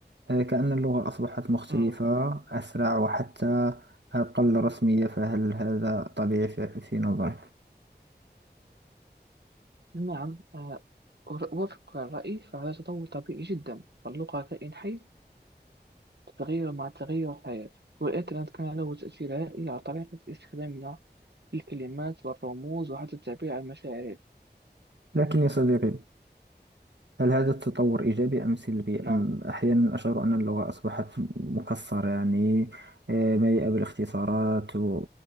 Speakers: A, on the right (about 80°); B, on the right (about 70°).
A: آه، كأن اللغة أصبحت مختلفة
B: مم.
A: أسرع وحتى أقل رسمية فهل هذا طبيعي في في نظرك؟
B: نعم آه، أوافقك على الرأي فهذا تطور طبيعي جدا فاللغة كائن حي تتغير مع تغير الحياة والإنترنت كان له تأثير هائل على طريقة استخدامنا للكلمات والرموز وحتى التعبير عن مشاعرنا
A: لكن يا صديقي هل هذا التطور إيجابي أم سلبي
B: نعم
A: أم أحيانا أشعر أن اللغة أصبحت مكسرة يعني آه، مليئة بالاختصارات و-